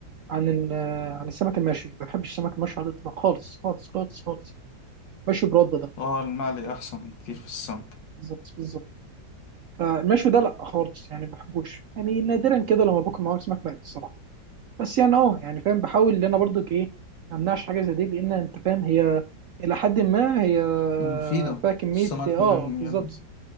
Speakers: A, on the right; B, on the left.
A: عن ال عن السمك المشوي ما بحبش السمك المشوي على الاطلاق خالص خالص خالص خالص يعني مشوي برده ده
B: اه المقلي احسن بكتير في السمك
A: بالظبط بالظبط فالمشوي ده لا خالص يعني ما بحبوش يعني نادرا كده لما باكل معاهم سمك مقلي الصراحه بس يعني اه يعني فاهم بحاول ان انا برضو ايه ما امنعش حاجه زي دي لان انت فاهم هي الى حد ما هي
B: مفيدة
A: فيها كميه
B: السمك
A: اه
B: مهم
A: بالظبط
B: يد